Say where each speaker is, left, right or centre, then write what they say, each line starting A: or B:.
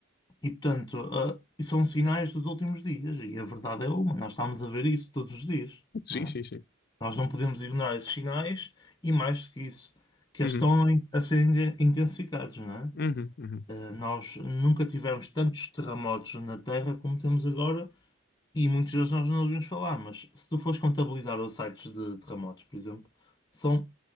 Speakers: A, on the left; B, on the left.
A: e portanto, ah, e são sinais dos últimos dias, e a verdade é uma, nós estamos a ver isso todos os dias,
B: Sim,
A: não
B: sim,
A: é?
B: sim.
A: Nós não podemos ignorar esses sinais e mais do que isso, que eles
B: Uhum.
A: estão a ser inten- intensificados, não é?
B: Uhum. Uhum.
A: Ah, nós nunca tivemos tantos terremotos na Terra como temos agora, e muitos deles nós não ouvimos falar, mas se tu fores contabilizar os sites de terremotos, por exemplo, são